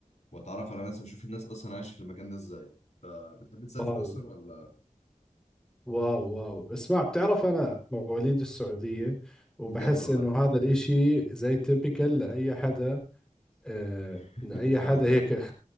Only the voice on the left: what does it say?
واتعرف على ناس واشوف الناس اصلا عايشه في المكان ده ازاي بتحب تسافر
اصلا ولا
بجد والله
<laughs>
اتولد
هناك